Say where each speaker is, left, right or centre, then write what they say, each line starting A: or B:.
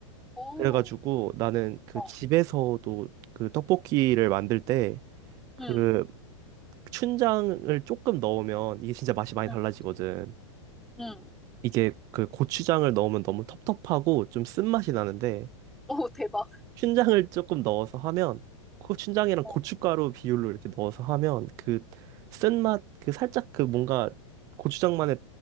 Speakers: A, in the centre; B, on the right.
A: 오,
B: 그래가지고 나는 그
A: 어.
B: 집에서도 그 떡볶이를 만들 때 그
A: 응,
B: 춘장을 조금 넣으면 이게 진짜 맛이 많이
A: 응,
B: 달라지거든.
A: 응.
B: 이게 그 고추장을 넣으면 너무 텁텁하고 좀 쓴맛이 나는데
A: 오, 대박.
B: 춘장을 조금 넣어서 하면 그 춘장이랑
A: 어,
B: 고춧가루 비율로 이렇게 넣어서 하면 그 쓴맛 그 살짝 그 뭔가 고추장만의